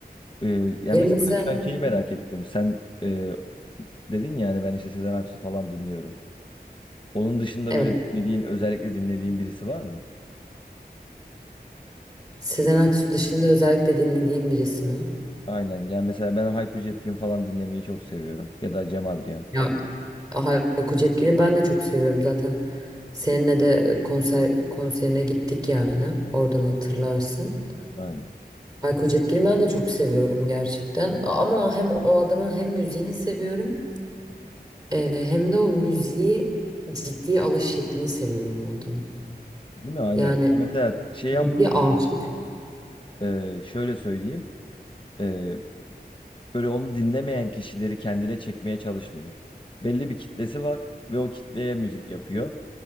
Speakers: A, on the left (about 30°); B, on the right (about 25°).
A: E, yani
B: Ya
A: mesela
B: mesela
A: ben şeyi merak ettim. Sen e, dedin ya hani ben işte Sezen Aksu falan dinliyorum. Onun dışında
B: evet
A: böyle dinlediğin, özellikle dinlediğin birisi var mı?
B: Sezen Aksu dışında özellikle dinlediğim birisi mi?
A: Aynen. Yani mesela ben Hayko Cepkin falan dinlemeyi çok seviyorum. Ya da Cem Adrian.
B: Ya Hayko Cepkin'i ben de çok seviyorum zaten. Seninle de e, konser konserine gittik yani. Oradan hatırlarsın.
A: Aynen.
B: Ayko Cepkin'i ben de çok seviyorum gerçekten. Ama hem o adamın hem müziğini seviyorum. e, hem de o müziği ciddiye alış şeklini seviyorum o adamın.
A: Değil mi? Aynen.
B: Yani
A: Mesela şey
B: müziğe
A: yap,
B: aşık.
A: e, şöyle söyleyeyim. E, böyle onu dinlemeyen kişileri kendine çekmeye çalışmıyor. Belli bir kitlesi var ve o kitleye müzik yapıyor.